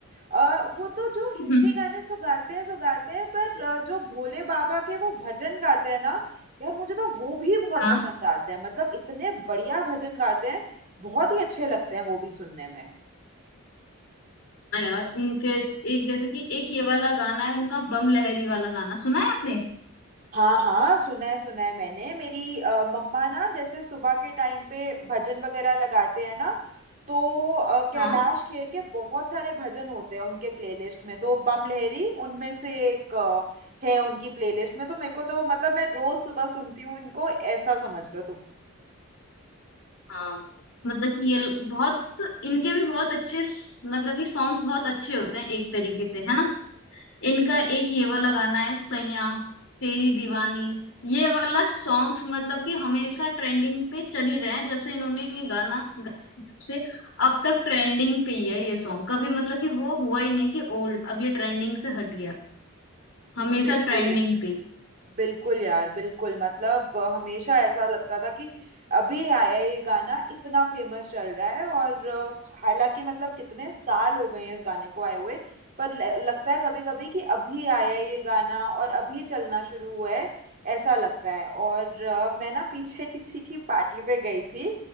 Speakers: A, on the right; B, on the left.
A: अ, वो तो जो
B: <laughs>
A: हिंदी गाने सो गाते हैं सो गाते हैं पर अ, जो भोले बाबा के वो भजन गाते हैं ना यार मुझे तो वो भी बहुत
B: हाँ
A: पसंद आते हैं मतलब इतने बढ़िया भजन गाते हैं बहुत ही अच्छे लगते हैं वो भी सुनने में
B: हाँ यार उनके एक जैसे कि एक ये वाला गाना है उनका बम लहरी वाला गाना सुना है आपने
A: हाँ हाँ सुना है सुना है मैंने मेरी अ, मम्मा ना जैसे सुबह के टाइम पे भजन वगैरह लगाते हैं ना तो अ, कैलाश
B: हाँ
A: खेर के बहुत सारे भजन होते हैं उनके प्लेलिस्ट में तो बम लहरी उनमें से एक अ, है उनकी प्लेलिस्ट में तो मेरे को तो मतलब मैं रोज सुबह सुनती हूँ इनको ऐसा समझ लो तुम
B: हाँ मतलब कि ये ल- बहुत इनके भी बहुत अच्छे स- मतलब कि सॉन्ग्स बहुत अच्छे होते हैं एक तरीके से है ना इनका एक ये वाला गाना है सैया तेरी दीवानी ये वाला सॉन्ग्स मतलब कि हमेशा ट्रेंडिंग पे चल ही रहे हैं जब से इन्होंने ये गाना गाया है, जब से अब तक ट्रेंडिंग पे ही है ये सॉन्ग कभी मतलब कि वो हुआ ही नहीं कि ओल्ड अब ये ट्रेंडिंग से हट गया हमेशा
A: बिल्कुल
B: ट्रेंडिंग
A: यार
B: पे ही।
A: बिल्कुल यार बिल्कुल मतलब अ, हमेशा ऐसा लगता था कि अभी आया ये गाना इतना फेमस चल रहा है और अ, हालांकि मतलब कितने साल हो गए हैं इस गाने को आए हुए पर ल- लगता है कभी कभी कि अभी आया है ये गाना और अभी चलना शुरू हुआ है ऐसा लगता है और अ, मैं ना पीछे <laughs> किसी की पार्टी पे गई थी